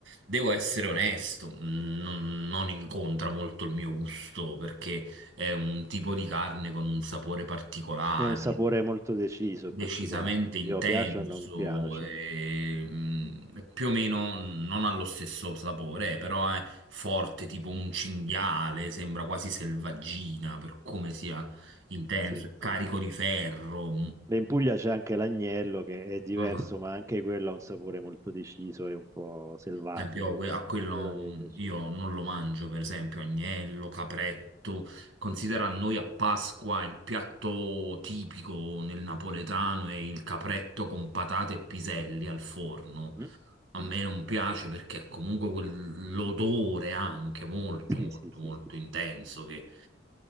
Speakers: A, on the right; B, on the right.
A: Devo essere onesto, mm, non, non incontra molto il mio gusto perché è un tipo di carne con un sapore particolare,
B: è un sapore molto deciso
A: decisamente
B: e particolare, quindi
A: intenso,
B: o piace o non piace.
A: e, mm, più o meno non ha lo stesso sapore, eh, però è forte, tipo un cinghiale, sembra quasi selvaggina per come sia intenso,
B: Sì,
A: carico
B: sì, sì.
A: di ferro.
B: Beh, In Puglia c'è anche l'agnello che è diverso,
A: mm.
B: ma anche quello ha un sapore molto deciso e un po' selvatico,
A: Per esempio, io que-
B: quindi
A: a
B: anche
A: quello
B: quello deve
A: mm,
B: piacere.
A: io non lo mangio, per esempio, agnello, capretto. Considera noi a Pasqua il piatto tipico nel napoletano è il capretto con patate e piselli al forno.
B: Mhm.
A: A me non piace perché comunque quell'odore anche molto,
B: Sì,
A: molto,
B: sì, sì,
A: molto
B: sì, sì.
A: intenso che